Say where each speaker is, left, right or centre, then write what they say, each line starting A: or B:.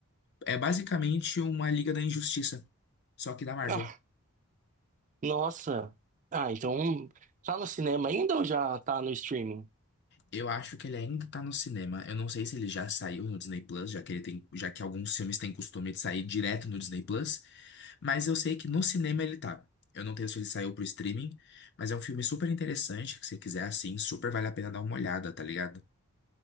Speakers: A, on the left; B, on the right.
A: é basicamente uma Liga da Injustiça, só que da Marvel.
B: Ah, nossa. Ah, então tá no cinema ainda ou já tá no streaming?
A: Eu acho que ele ainda tá no cinema. Eu não sei se ele já saiu no Disney Plus, já que ele tem, já que alguns filmes têm costume de sair direto no Disney Plus. Mas eu sei que no cinema ele tá. Eu não tenho se ele saiu pro streaming, mas é um filme super interessante, que se você quiser assim, super vale a pena dar uma olhada, tá ligado?